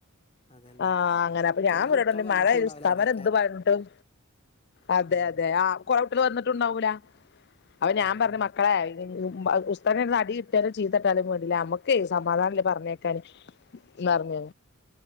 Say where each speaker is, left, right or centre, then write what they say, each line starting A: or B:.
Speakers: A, on the left; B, on the left.
A: അതന്നെ
B: ആഹ് അങ്ങനെ അപ്പൊ
A: തോന
B: ഞാൻ ഇവരോട്
A: കുട്ടികൾ
B: പറഞ്ഞു
A: വന്നിട്ടും
B: മഴയാണ്
A: ഉണ്ടാവില്ല
B: ഉസ്താദ്
A: അതേ
B: മാര്
A: കാരം
B: എന്ത് പറഞ്ഞിട്ടും അതെ
A: ഉം
B: അതെ ആ കൊറേ കുട്ട്യള് വന്നിട്ടുണ്ടാവൂല അപ്പൊ ഞാൻ
A: ആ അതാണ്
B: പറഞ്ഞ് മക്കളെ ഉസ്താദ്ൻ്റെട്ത്ത്ന്ന് അടി കിട്ടിയാലും ചീത്തട്ടാലും വേണ്ടില്ല അമ്മക്ക് സമാധാനല്ല പറഞ്ഞേക്കാന് ന്നർഞ്ഞ്